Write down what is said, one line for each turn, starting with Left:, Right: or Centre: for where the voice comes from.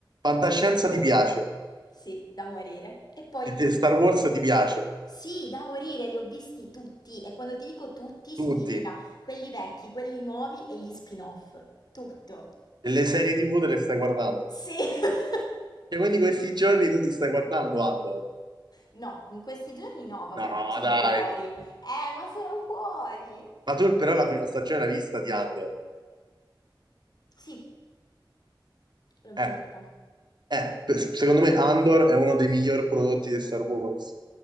Right: Fantascienza ti piace?
Left: sì, da morire. E poi
Right: E te- Star Wars ti piace,
Left: Sì, da morire, li ho visti tutti e quando ti dico tutti significa
Right: tutti,
Left: quelli vecchi, quelli nuovi e gli spin-off. Tutto.
Right: E le serie TV te le stai guardando.
Left: Sì. <laughs>
Right: Cioè, quindi questi giorni tu ti stai guardando Andor.
Left: No, in questi giorni no, vabbè,
Right: No,
Left: però sono
Right: dai.
Left: fuori. Eh, ma sono fuori.
Right: Ma tu però la prima stagione l'hai vista di Andor.
Left: Sì, l'ho vista.
Right: Eh, eh, per- secondo me Andor è uno dei miglior prodotti di Star Wars.